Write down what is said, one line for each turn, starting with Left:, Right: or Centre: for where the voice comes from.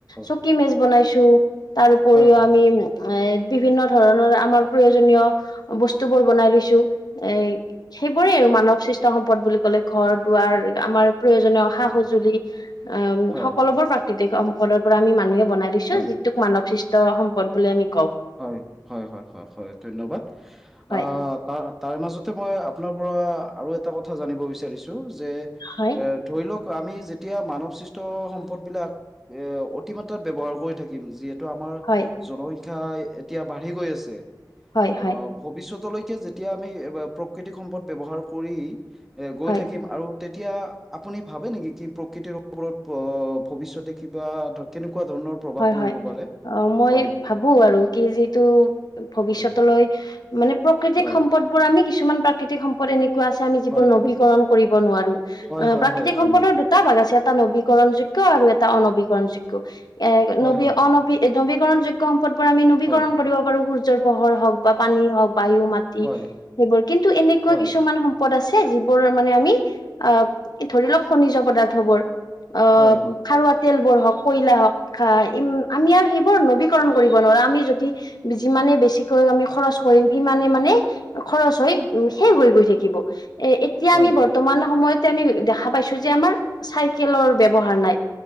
Left: চুকি
Centre: হয় হয়
Left: মেজ বনাইছো। তাৰ উপৰিও
Centre: হয় হয়
Left: আমি এ, বিভিন্ন ধৰণৰ আমাৰ প্ৰয়োজনীয় বস্তুবোৰ বনাই লৈছো। এই, সেইবোৰেই আৰু মানৱ সৃষ্ট সম্পদ বুলি ক'লে। ঘৰ দুৱাৰ, আমাৰ প্ৰয়োজনীয় সা
Centre: হয়
Left: সঁজুলি উম,
Centre: হয়
Left: সকলোবোৰ প্ৰাকৃতিক সম সম্পদৰ পৰা আমি মানুহে বনাই দিছো,
Centre: হয়
Left: যিটোক মানৱ সৃষ্ট সম্পদ বুলি আমি কওঁ।
Centre: হয়, হয় হয় হয় হয় ধন্যবাদ।
Left: হয়
Centre: আ, তাৰ তাৰ মাজতে মই আপোনাৰ পৰা আৰু এটা কথা জানিব বিচাৰিছো যে,
Left: হয়
Centre: এ ধৰি লওক আমি যেতিয়া মানৱ সৃষ্ট সম্পদবিলাক এ, অতিমাত্ৰাত ব্যৱহাৰ কৰি থাকিম যিহেতু আমাৰ
Left: হয়
Centre: জনসংখ্যা এতিয়া বাঢ়ি গৈ আছে,
Left: হয়
Centre: অ',
Left: হয়
Centre: ভৱিষ্যতলৈ যেতিয়া আমি প্ৰকৃতিক সম্পদ ব্যৱহাৰ কৰি এ, গৈ
Left: হয়
Centre: থাকিম, আৰু তেতিয়া আপুনি ভাবে নেকি, কি প্ৰকৃতিৰ ওপৰত প ভবিষ্যতে কিবা দ-তেনে কোৱাধৰণৰ প্ৰভাৱ
Left: হয়
Centre: পৰিব
Left: হয়
Centre: পাৰে,
Left: অ মই
Centre: হয়।
Left: <unintelligible> আৰু কি যিটো ভৱিষ্যতলৈ,
Centre: হয়,
Left: মানে প্ৰকৃতিক
Centre: হয়।
Left: সম্পদ বোৰ আমি কিছুমান প্ৰাকৃতি তিক্ সম্পদ এনেকুৱা আছে আমি যিবোৰ
Centre: হয়
Left: নবীকৰণ কৰিব নোৱাৰো,
Centre: হয়
Left: অ',
Centre: হয়
Left: প্ৰাকৃতিক
Centre: হয় হয়
Left: সম্পদৰ দুটা ভাগ আছে এটা নব নীকৰণ যোগ্য আৰু এটা অনবীকৰণ যোগ্য। এ
Centre: হয়
Left: নী
Centre: হয় হয়
Left: নবীকৰণ যোগ্য ৰ আমি নবীকৰণ
Centre: হয়
Left: কৰিব পাৰো সূৰ্যৰ পোহৰ হওঁক বা পানী হওঁক বায়ু মাটি
Centre: হয়
Left: সেইবোৰ কিন্তু তেনেকুৱা
Centre: হয়
Left: কিছুমান
Centre: হয়
Left: দ আছে যিবোৰ মানে আমি আহ ধৰি লওক খনিজ পদাৰ্থবোৰ অ',
Centre: হয় হয় হয় হয় হয় হয় হয় হয়
Left: খাৰুৱা তেল বোৰ হওঁক কয়লা হওঁক ম আমি আৰু সেইবোৰ নবী কৰন কৰিব নোৱাৰা আমি যদি যিমানে বেছিকৈ আমি খৰচ কৰিম সিমানে মানে খৰচ হৈ শেষ হৈ গৈ থাকিব, এ এতিয়া
Centre: হয়
Left: আমি
Centre: হয়
Left: বৰ্তমান সময়ত আমি দেখা পাইছো যে আমাৰ চাইকেলৰ ব্যৱহাৰ নাই,